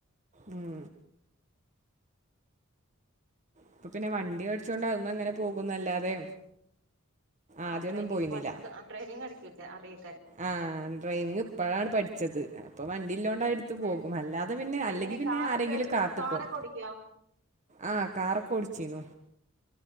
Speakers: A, on the right; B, on the right.
A: ഉം അപ്പൊ പിന്നെ വണ്ടി ണ്ടി മടിച്ചുകോണ്ട് അത്മങ്ങനെ പോകുന്നല്ലാതെ ആദ്യമൊന്നും
B: ആ ഡ്രൈവി
A: പോയിരുന്നില്ല
B: ഡ്രൈവിംഗ് അടിക്കക്കെ അറിയെ
A: ആ ഡ്രൈവിങ് ഇപ്പഴാണ് പഠിച്ചത് പപ്പൻ ല്ലോണ്ട് എടുത്ത് പോകും
B: ഏഹ്
A: അല്ല അത പിന്നെ അല്ലെങ്കി
B: എങ്ങനെ
A: പിന്നെ
B: കാറൊക്കെ
A: ആരെങ്കിലും
B: എടു
A: കാത്തക്കും
B: കാറൊക്കെ ഓടിക്കോ?
A: ആ കാറൊക്കെ ടി ചീന